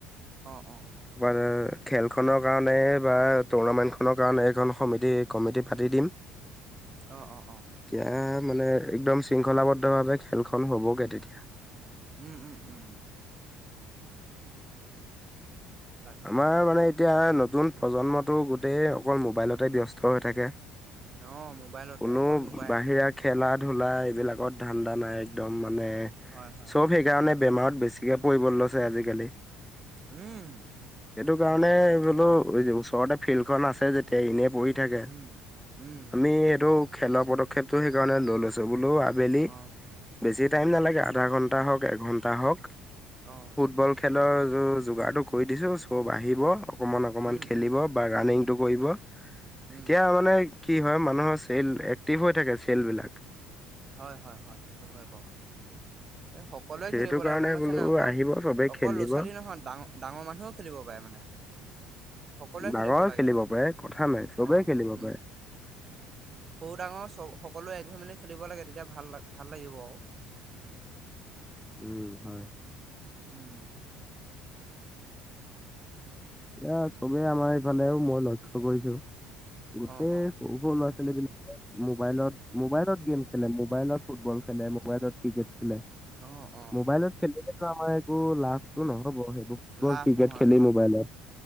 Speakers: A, on the right; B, in the centre.
A: অ অ
B: <unintelligible> খেল খনৰ কাৰণে বা টুৰ্ণামেন্ট খনৰ কাৰণে এইখন। সমিতি কমিটি পাতি দিম।
A: অ -অ -অ
B: এতিয়া মানে একদম শৃংখলাবদ্ধ ভাৱে খেলখন হ'বগে তেতিয়া।
A: উম উম উম। তাকে
B: আমাৰ মানে এতিয়া। নতুন প্ৰজন্মতো গোটেই অকল মোবাইলতে ব্যস্ত হৈ থাকে।
A: অ মোবাইলতে
B: কোনো
A: অকল মোবাইল।
B: বাহিৰা খেলা ধূলা এইবিলাকত ঠাণ্ডা নাই একদম। মানে
A: হয় হয়।
B: চব সেইকাৰণে। বেমাৰত বেছিকে পৰিব লৈছে আজিকালি।
A: উম।
B: সেইটো কাৰণে। <unintelligible> ফিল্ড খন আছে যেতিয়া এনেই পঢ়ি। থাকে
A: উম উম
B: আমি এইটো। খেলৰ পদক্ষেপ টো সেইকাৰণে লৈ লৈছো বোলো। বেলি।
A: অ
B: বেছি টাইম নালাগে আধা ঘণ্টা হওক এঘণ্টা হওক।
A: অ
B: ফুটবল খেলৰ। যোগাৰটো। কৰি দিছো চব আহিব। অকমান অকমান
A: উম
B: খেলিব
A: উম
B: বা ৰাণিংটো
A: উম
B: কৰিব তেতিয়া
A: উম
B: মানে। কি হয় মানুহৰ চেল এক্টিভ হৈ থাকে চেল বিলাক।
A: হয়- হয় -হয় সেইটো হয় বাৰু এই সকলোৱে
B: সেইটো
A: খেলিব লাগে
B: কাৰণে
A: গম পাইছ
B: বোলো
A: নাই অকল
B: আহিব চবে
A: অকল
B: খেলিব।
A: ল'ৰা ছোৱালী নহয় ডাঙৰ ডাঙৰ মানুহে। খেলিব পাৰে মানে। সকলোৱে
B: ডাঙৰ
A: খেলিব লাগে আৰু
B: পাৰে কথা নাই চবেই
A: অ
B: খেলিব
A: উম
B: পাৰে।
A: সৰু ডাঙৰ চ সকলোৱে একহৈ মেলি খেলিব লাগে তেতিয়া ভাল ভাল লাগিব আৰু
B: উম, হয়।
A: উম!
B: এয়া চবেই আমাৰ এইফালেও মই লক্ষ্য কৰিছোঁ। গোটেই
A: অ অ
B: সৰু সৰু ল'ৰা মোবাইলত, মোবাইলত গেম খেলে, মোবাইলত ফুটবল খেলে, মোবাইলত ক্ৰিকেট খেলে।
A: অ অ
B: মোবাইলত খেলে। আমাৰ এইবোৰ লাষ্ট নহ'ব সেইবোৰ, ফুটবল
A: লাভ
B: ক্ৰিকেট
A: নহয়
B: খেলিম
A: হয়
B: মোবাইলত।
A: হয়